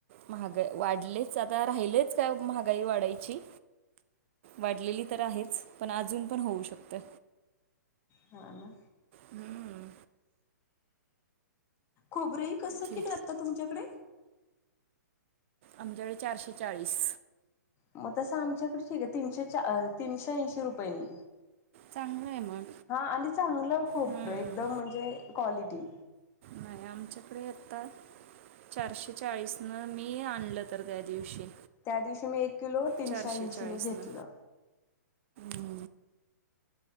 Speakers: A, on the right; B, on the left.
A: महाग वाढलीच आता राहिलीच काय महागाई वाढायची वाढलेली तर आहेच पण अजून पण होऊ शकतं
B: ह ना
A: हम्म.
B: खोबरेल कसं
A: ठीक.
B: किलो आत्ता तुमच्याकडे
A: आमच्याकडे चारशे चाळीस
B: मग तसं आमच्याकडे ठीक आहे तीनशे चा तीनशे ऐंशी रुपयेनी
A: चांगलं आहे मग
B: हा आणि चांगलं खोबर
A: हम्म.
B: एकदम म्हणजे क्वालिटी
A: नाही आमच्याकडे यता चारशे चाळीस न मी आणलं तर त्या दिवशी
B: त्या दिवशी मी एक किलो तीनशे
A: चारशे
B: ऐंशीनी
A: चाळीसनं
B: घेतलं
A: हम्म